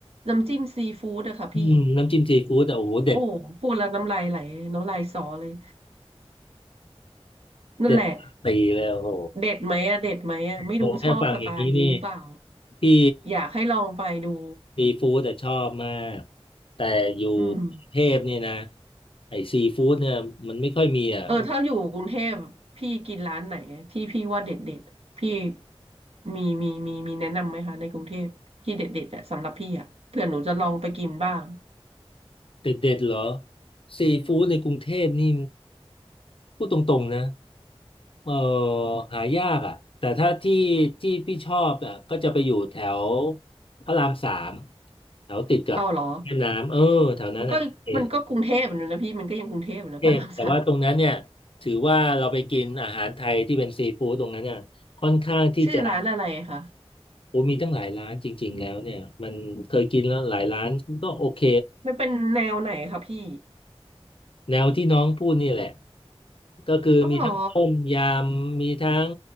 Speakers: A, on the right; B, on the left.
A: น้ำจิ้มซีฟู้ดอะค่ะพี่
B: อืมน้ำจิ้มซีฟู้ดแต่โอ้โหเด็ด
A: โอ้พูดแล้วน้ำลายไหลน้ำลายสอเลยนั่นแหละ
B: เจ็ดปีเลยโอ้โห
A: เด็ดไหมอะเด็ดไหมอะไม่รู้ชอบสไตล์นี้หรือเปล่า
B: โอ้แค่ฟังอย่างนี้นี่ที่
A: อยากให้ลองไปดู
B: ซีฟู้ดแต่ชอบมากแต่อยู่กรุงเทพเนี่ยนะ
A: อืม
B: ไอ้ซีฟู้ดเนี่ยมันไม่ค่อยมีอ่ะ
A: เออถ้าอยู่กรุงเทพพี่กินร้านไหนที่พี่ว่าเด็ดเด็ดพี่มีมีมีมีแนะนำไหมคะในกรุงเทพที่เด็ดเด็ดอะสำหรับพี่อะเผื่อหนูจะลองไปกินบ้าง
B: เด็ดเด็ดเหรอซีฟู้ดในกรุงเทพนี่พูดตรงๆนะเออหายากอ่ะแต่ถ้าที่ที่พี่ชอบอ่ะก็จะไปอยู่แถวพระรามสามแถวติดกับแม่น้ำเออแถวนั้นอ่ะโอเค
A: เอาเหรอ มันก็มันก็กรุงเทพอยู่นะพี่มันก็ยังกรุงเทพอยู่นะพระรามสาม
B: เทพแต่ว่าตรงนั้นเนี่ยถือว่าเราไปกินอาหารไทยที่เป็นซีฟู้ดตรงนั้นเนี่ยค่อนข้างที่จะ
A: ชื่อร้านอะไรคะ
B: โอ้มีตั้งหลายร้านจริงๆแล้วเนี่ยมันเคยกินแล้วหลายร้านก็โอเค
A: มันเป็นแนวไหนคะพี่
B: แนวที่น้องพูดนี่แหละ ก็คือมีทั้งต้มยำมีทั้ง
A: อ๋อเหรอ